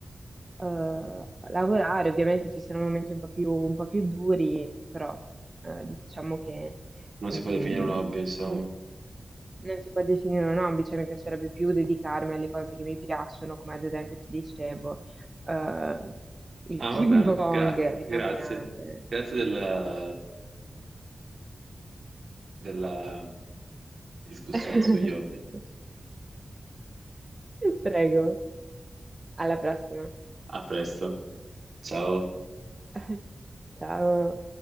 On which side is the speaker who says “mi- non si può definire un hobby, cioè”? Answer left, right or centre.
Right